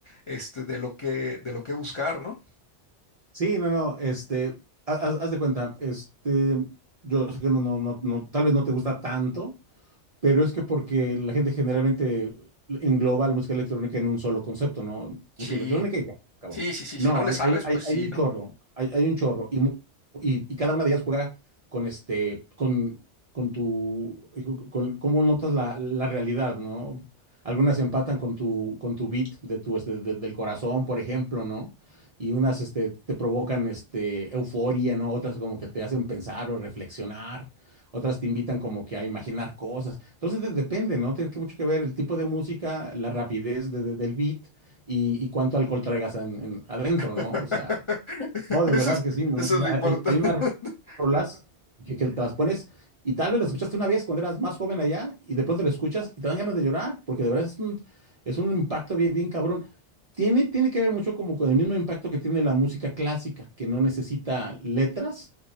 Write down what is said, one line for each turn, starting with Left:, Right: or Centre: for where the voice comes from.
Left: este, de lo que, de lo que buscar, ¿no?
Right: Sí, no, no, este, ha- haz, haz de cuenta, este, yo sé que no, no, no, no, tal vez no te gusta tanto, Pero es que porque la gente generalmente engloba la música electrónica en un solo concepto, ¿no?
Left: Sí,
Right: Música electrónica y ya, acabó.
Left: sí, sí, sí,
Right: No,
Left: si no le
Right: hay,
Left: sabes,
Right: hay, hay-
Left: pues sí,
Right: hay un
Left: ¿no?
Right: chorro, hay, hay un chorro. Y, mu- y, y cada una de ellas juega con este, con, con tu, eh, con, cómo notas la, la realidad, ¿no? Algunas empatan con tu, con tu beat de tu, este, de- del corazón, por ejemplo, ¿no? Y unas, este, te provocan, este, euforia, ¿no? Otras como que te hacen pensar o reflexionar. Otras te invitan como que a imaginar cosas. Entonces de- depende, ¿no? Tiene que mucho que ver el tipo de música, la rapidez de- de- del beat y, y cuánto alcohol traigas en- en- adentro,
Left: <laughs>
Right: ¿no? O sea, no, de
Left: Eso
Right: verdad
Left: es,
Right: que sí, ¿no?
Left: eso es lo importante.
Right: Hay, hay unas
Left: <laughs>
Right: rolas que, que te las pones y tal vez las escuchaste una vez cuando eras más joven allá y de pronto la escuchas y te dan ganas de llorar, porque de verdad es un, es un impacto bien, bien cabrón. Tiene, tiene que ver mucho como con el mismo impacto que tiene la música clásica, que no necesita letras